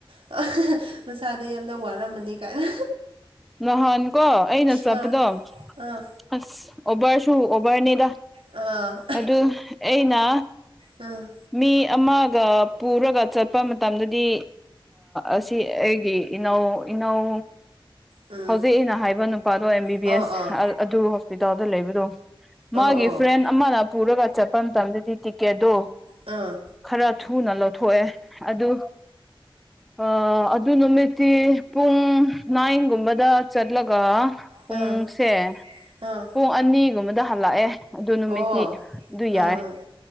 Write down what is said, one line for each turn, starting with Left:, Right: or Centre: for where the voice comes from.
Right: ꯍꯥ ꯃꯁꯥꯗꯣ ꯌꯥꯝꯅ ꯋꯥꯔꯝꯃꯅꯤ ꯀꯥꯏꯅ꯫
Centre: ꯅꯍꯥꯟ ꯀꯣ ꯑꯩꯅ ꯆꯄꯗꯣ
Right: ꯑꯥ ꯑꯥ꯫
Centre: ꯑꯁ ꯑꯣꯕꯔꯁꯨ ꯑꯣꯕꯔꯅꯤꯗ
Right: ꯑꯥ
Centre: ꯑꯗꯨ ꯑꯩꯅ꯫
Right: ꯎꯝ
Centre: ꯃꯤ ꯑꯃꯒ ꯄꯨꯔꯒ ꯆꯠꯄ ꯃꯇꯝꯗꯗꯤ ꯑꯁꯤ ꯑꯩꯒꯤ ꯏꯅꯥꯎ ꯏꯅꯎ
Right: ꯎꯝ
Centre: ꯍꯧꯖꯤꯛ ꯑꯩꯅ ꯍꯥꯏꯕ ꯅꯨꯄꯥꯗꯣ ꯑꯦꯝ ꯕꯤ ꯕꯤ
Right: ꯑꯣ
Centre: ꯑꯦꯁ
Right: ꯑꯣ
Centre: ꯑꯗꯨ ꯍꯣꯁꯄꯤꯇꯥꯜꯗ ꯂꯩꯕꯗꯣ
Right: ꯑꯣ
Centre: ꯃꯥꯒꯤ
Right: ꯑꯣ
Centre: ꯐ꯭ꯔꯦꯟ ꯑꯃꯅ ꯄꯨꯔꯒ ꯆꯠꯄ ꯃꯇꯝꯗꯗꯤ ꯇꯤꯀꯦꯠꯇꯣ
Right: ꯑꯥ
Centre: ꯈꯔ ꯊꯨꯅ ꯂꯧꯊꯣꯛꯑꯦ ꯑꯗꯨ ꯑ ꯑꯗꯨ ꯅꯨꯃꯤꯠꯇꯤ ꯄꯨꯡ ꯅꯥꯏꯟꯒꯨꯝꯕ ꯗ ꯆꯠꯂꯒ ꯄꯨꯡꯁꯦ
Right: ꯑꯥ ꯑꯥ ꯑꯥ
Centre: ꯄꯨꯡ ꯑꯅꯤꯒꯨꯝꯕꯗ ꯍꯜꯂꯛꯑꯦ ꯑꯗꯨ ꯅꯨꯃꯤꯠꯇ
Right: ꯑꯣ
Centre: ꯑꯗꯨ
Right: ꯎꯝ
Centre: ꯌꯥꯏ
Right: ꯎꯝ